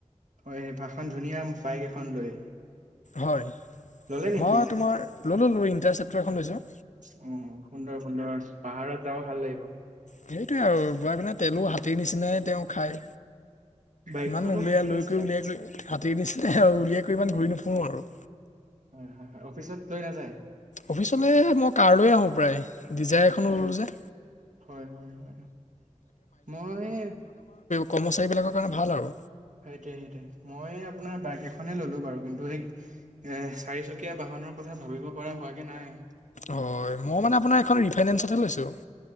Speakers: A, on the right (about 75°); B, on the left (about 75°).
A: হয় ভাষণখন ধুনীয়া বাইক এখন লৈ
B: হয়।
A: ললে নেকি
B: মই তোমাৰ লৈললো ইন্টাৰ চেপটাৰ লৈছো
A: অ সুন্দৰ সুন্দৰ পাহাৰত যাব ভাল লাগিব
B: সেইটোৱে আৰু বোৱাৰাই পিনে তেলো হাতীৰ নিচিনাই তেওঁ খাই।
A: বাইকখনো
B: ইমান উলিয়াই
A: হাতীৰ
B: লৈ
A: নিচিনাই
B: গৈ উলিয়াইৈ হাতী নিচিনা আৰু উলিয়াই কৰি ইমান ঘূৰি নুফুৰো আৰু।
A: হয় হয় হয় অফিচত লৈ নাযায়
B: অফিচলে মই কাৰ লৈ আহো প্ৰায় ডিজাইৰ এখনো ললো যে
A: হয় হয় হয় মই
B: কৰ্মচাৰী বিলাকৰ কাৰণে ভাল আৰু
A: সেইটোৱে সেইটোৱেমই আপোনাৰ বাইক এখনে ললো বাৰু কিন্তু সেই চাৰিচকীয়া বাহন মনৰ কথা ভাবিব পৰা হোৱাগে নাই
B: অ' মই মানে এই খন ৰি ফাইন্স কৰি লৈছো।